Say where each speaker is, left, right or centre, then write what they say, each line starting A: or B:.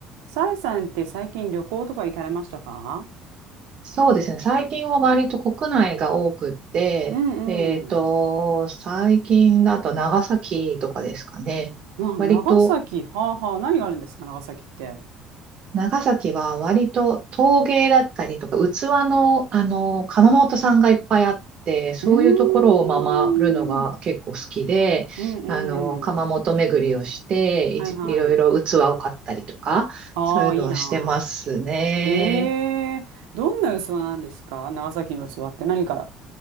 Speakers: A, on the right (about 80°); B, on the right (about 50°).
A: さえさんって最近旅行とか行かれましたか
B: そうですね。最近は割と国内が多くって、
A: うんうん。
B: えっと、最近だと長崎とかですかね。
A: あ、
B: 割と、
A: 長崎。はあはあ。何があるんですか、長崎って。
B: 長崎は割と陶芸だったりとか、器の、あの、窯元さんがいっぱいあって、そういうところを回るのが結構好きで、
A: うーん。うんうん。
B: あの、窯元巡りをして、
A: はいはい。
B: いち、いろいろ器を買ったりとか、
A: ああ、
B: そういうのはしてますね。
A: いいなあ。ええどんな器なんですか長崎の器って何か